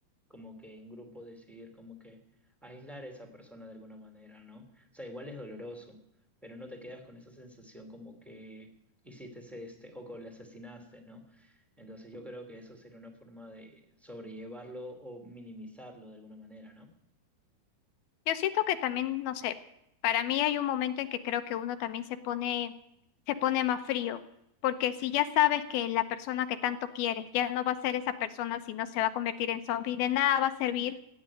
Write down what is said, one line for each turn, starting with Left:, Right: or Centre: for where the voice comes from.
Centre: como que en grupo decidir como que aislar a esa persona de alguna manera, ¿no? O sea, igual es doloroso pero no te quedas con esa sensación como que hiciste ese- este o que le asesinaste, ¿no? Entonces yo creo que eso sería una forma de sobrellevarlo o minimizarlo de alguna manera, ¿no?
Left: Yo siento que también, no sé, para mí hay un momento en que creo que uno también se pone, se pone más frío, porque si ya sabes que la persona que tanto quieres ya no va a ser esa persona, sino se va a convertir en zombie, de nada va a servir